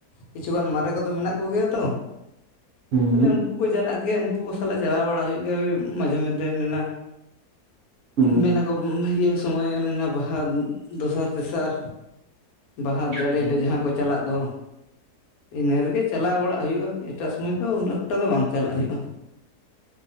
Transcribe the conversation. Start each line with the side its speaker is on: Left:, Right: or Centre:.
Left: ᱠᱤᱪᱷᱩᱜᱟᱱ ᱢᱟᱨᱮ ᱠᱚᱫᱚ ᱢᱮᱱᱟᱜ ᱠᱚᱜᱮᱭᱟ ᱛᱚ᱾
Right: ᱦᱩᱸ
Left: ᱛᱟᱦᱞᱮ ᱩᱱᱠᱩ ᱠᱚ ᱪᱟᱞᱟᱜ ᱜᱮᱭᱟ ᱩᱱᱠᱩ ᱠᱚ ᱥᱟᱞᱟᱜ ᱪᱟᱞᱟᱣ ᱵᱟᱲᱟ ᱦᱩᱭᱩᱜ ᱜᱮᱭᱟ ᱢᱟᱡᱷᱮ ᱢᱚᱫᱽᱫᱷᱮᱱ ᱚᱱᱮᱱᱟ
Right: ᱦᱩᱸ
Left: ᱢᱮᱱᱟᱠᱚ ᱤᱭᱟᱹ ᱥᱚᱢᱚᱭ ᱚᱱᱮᱱᱟ ᱵᱟᱦᱟ ᱫᱚᱥᱟᱨ ᱛᱮᱥᱟᱨ᱾ ᱵᱟᱦᱟ ᱡᱟᱞᱮ
Right: ᱦᱩᱸ
Left: ᱦᱤᱞᱳᱜ ᱡᱟᱦᱟᱸ ᱠᱚ ᱪᱟᱞᱟᱜ᱾ ᱫᱚ ᱤᱱᱟᱹ ᱨᱮᱜᱮ ᱪᱟᱞᱟᱣ ᱵᱟᱲᱟᱜ ᱦᱩᱭᱩᱜᱼᱟ ᱮᱴᱟᱜ ᱥᱚᱢᱚᱭ ᱫᱚ ᱩᱱᱟᱹᱜ ᱮᱠᱴᱟ ᱫᱚ ᱵᱟᱝ ᱪᱟᱞᱟᱜ ᱦᱩᱭᱩᱜᱼᱟ᱾